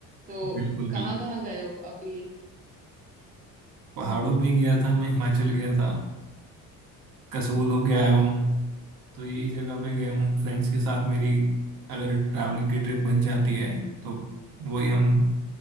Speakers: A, on the right; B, on the right.
A: तो
B: बिल्कुल
A: कहाँ
B: बिल्कुल
A: कहाँ गए हो अभी
B: पहाड़ों भी गया था मैं हिमाचल गया था कसोल होके आया हूँ तो यही जगह पे गया हूँ फ्रेंड्स के साथ मेरी अगर ट्रैवलिंग की ट्रिप बन जाती है तो वही हम